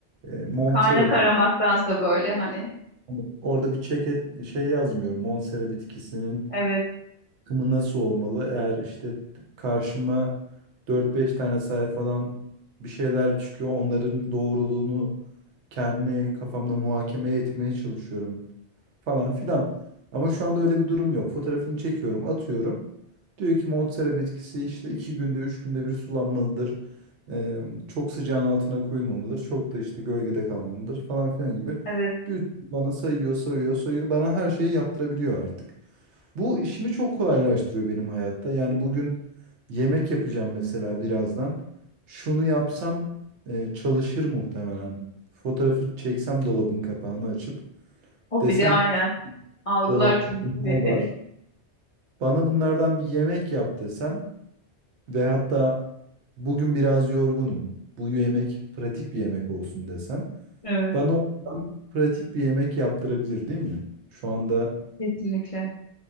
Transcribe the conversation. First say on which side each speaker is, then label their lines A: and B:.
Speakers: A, on the right; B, on the left.
A: e, Montera
B: Kaynak aramaktansa böyle hani.
A: Hani Orada bir çeket şey yazmıyorum. Monstera bitkisinin
B: Evet,
A: akımı nasıl olmalı? Eğer işte karşıma dört beş tane sayfadan bir şeyler çıkıyor, onların doğruluğunu kendi kafamda muhakeme etmeye çalışıyorum falan filan. Ama şu anda öyle bir durum yok. Fotoğrafını çekiyorum, atıyorum. Diyor ki Monstera bitkisi işte iki günde, üç günde bir sulanmalıdır. Ee, çok sıcağın altına koyulmamalıdır. Çok da işte gölgede kalmamalıdır falan filan gibi.
B: evet.
A: Bir sürü bana sayıyor, sayıyor, sayıyor. Bana her şeyi yaptırabiliyor artık. Bu işimi çok kolaylaştırıyor benim hayatta. Yani bugün yemek yapacağım mesela birazdan. Şunu yapsam e, çalışır muhtemelen. Fotoğrafı çeksem dolabın kapağını açıp
B: O
A: desem
B: bile aynen.
A: ki "Şu
B: Algılar
A: dolapta
B: tüm
A: bunlar
B: verileri.
A: var. Bana bunlardan bir yemek yap desem ve hatta bugün biraz yorgunum. Bu yemek pratik bir yemek olsun desem.
B: Evet,
A: Bana oradan pratik bir yemek yaptırabilir değil mi? Şu anda
B: kesinlikle.